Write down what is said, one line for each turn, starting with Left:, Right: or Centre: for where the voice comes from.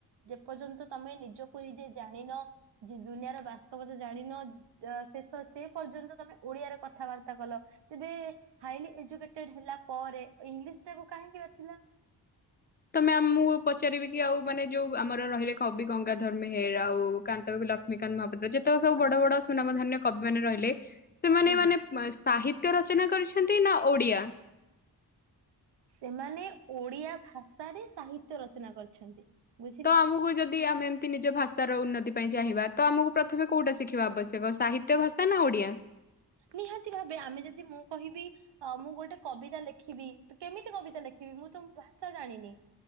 Right: ଯେପର୍ଯ୍ୟନ୍ତ ତମେ ନିଜକୁ ନିଜେ ଜାଣିନ। ଯି ଦୁନିଆର ବାସ୍ତବତା ଜାଣିନ। ଯ ଶେଷ ସେ ପର୍ଯ୍ୟନ୍ତ ତମେ ଓଡିଆରେ କଥାବାର୍ତ୍ତା କଲ। ତେବେ ହାଇଲି ଏଜୁକେଟେଡ୍ ହେଲା ପରେ, ଇଂଲିଶଟାକୁ କାହିଁକି ବାଛିଲ?
Left: ତ ମ୍ୟାମ୍ ମୁଁ ପଚାରିବି କି ଆଉ ମାନେ, ଯୋଉ ଆମର ରହିଲେ କବି ଗଙ୍ଗାଧର ମେହେର। ଆଉ କାନ୍ତ ଲକ୍ଷ୍ମୀକାନ୍ତ ମହାପାତ୍ର। ଯେତେକ ସବୁ ବଡ ବଡ ସୁନାମ ଧାନ୍ୟ କବିମାନେ ରହିଲେ, ସେମାନେ
Right: ହୁଁ ହୁଁ
Left: ମାନେ ମା ସାହିତ୍ୟ ରଚନା କରିଛନ୍ତି ନା ଓଡ଼ିଆ!
Right: ସେମାନେ ଓଡିଆ ଭାଷାରେ, ସାହିତ୍ୟ ରଚନା କରିଛନ୍ତି। ବୁଝିଲେ।
Left: ତ ଆମକୁ ଯଦ ଦି ଆମେ ଏମିତି ନିଜ ଭାଷାର ଉନ୍ନତି ପାଇଁ ଚାହିଁବା ତ ଆମକୁ ପ୍ରଥମେ କୋଉଟା ଶିଖିବା ଆବଶ୍ୟକ ସାହିତ୍ୟ ଭାଷା ନା ଓଡିଆ?
Right: ନିହାତି ଭାବେ ଆମେ ଯଦି ମୁଁ କହିବି ଅ, ମୁଁ ଗୋଟେ କବିତା ଲେଖିବି କେମିତି କବିତା ଲେଖିବି ମୁଁ ତ ଭାଷା ଜାଣିନି।